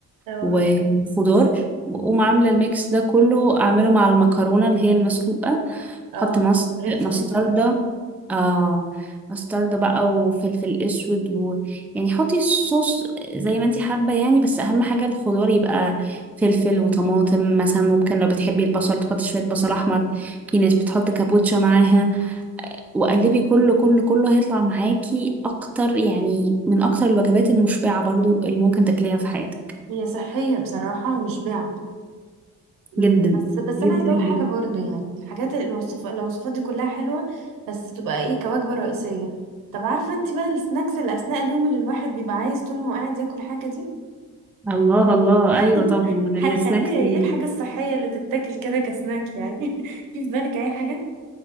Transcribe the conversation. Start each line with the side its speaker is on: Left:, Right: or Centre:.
Right: اه
Centre: وخضار بقوم عاملة الميكس ده كله أعمله مع المكرونة اللي هي المسلوقة بحط
Right: اه
Centre: مس-
Right: عرفت
Centre: مستردة
Right: ال...
Centre: آه مستردة بقى وفلفل أسود و... يعني حطي الصوص زي ما انتي حابة يعني بس أهم حاجة الخضار يبقى فلفل وطماطم مثلا ممكن لو بتحبي البصل تحطي شوية بصل أحمر في ناس بتحط كابوتشا معاها وقلبي كله كله كله هيطلع معاكي اكتر يعني من اكتر الوجبات المشبعة برضو اللي ممكن تاكليها في حياتك
Right: هي صحية بصراحة ومشبعة مم.
Centre: جدا
Right: بس بس
Centre: جدا
Right: انا عايزه اقول
Centre: جدا
Right: حاجه برضو يعني الحاجات الوصف الوصفات دي كلها حلوه بس تبقى ايه كوجبه رئيسيه طب عارفه انت بقى السناكس اللي اثناء اليوم اللي الواحد بيبقى عايز طول ما هو قاعد ياكل حاجه دي
Centre: الله الله
Right: <laughs>
Centre: ايوه طبعا السناكس
Right: هيخليها ايه
Centre: ال-
Right: الحاجه الصحيه اللي تتاكل كده كسناك يعني <laughs> في في بالك اي حاجه